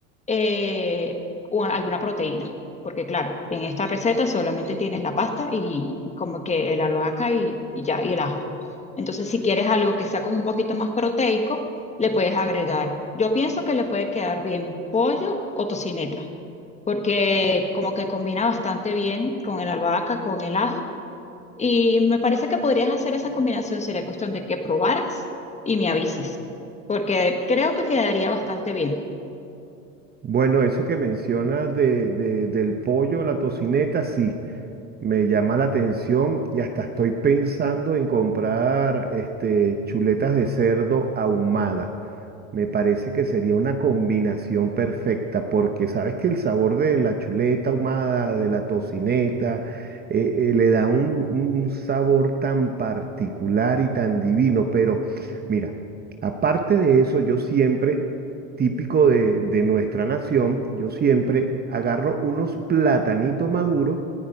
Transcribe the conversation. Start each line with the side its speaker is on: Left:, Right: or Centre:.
Left: eh, o alguna proteína. Porque claro, en esta receta solamente tienes la pasta y, y como que el albahaca y, y ya, y el ajo. Entonces, si quieres algo que sea como un poquito más proteico, le puedes agregar. Yo pienso que le puede quedar bien pollo o tocineta, porque como que combina bastante bien con el albahaca, con el ajo. Y me parece que podrías hacer esa combinación. Sería cuestión de que probaras y me avises, porque creo que quedaría bastante bien.
Right: Bueno, eso que mencionas de, de- del pollo, la tocineta, sí, me llama la atención y hasta estoy pensando en comprar este, chuletas de cerdo ahumada. Me parece que sería una combinación perfecta, porque sabes que el sabor de la chuleta ahumada, de la tocineta, eh, eh, le da un, un sabor tan particular y tan divino. Pero mira, aparte de eso, yo siempre, típico de, de nuestra nación, yo siempre agarro unos platanitos maduros,